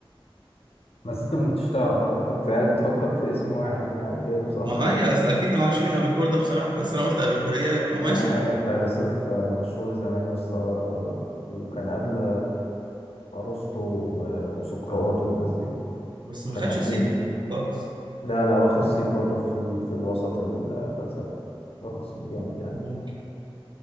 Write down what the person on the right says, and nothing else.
ما
هي اصل اكيد ما اعرفش مين ابيكور ده بصراحه بس انا قلت ابيقوريه يبقى
ماشي
بس ما
خدش
الصيت بتاعها خالص
ممكن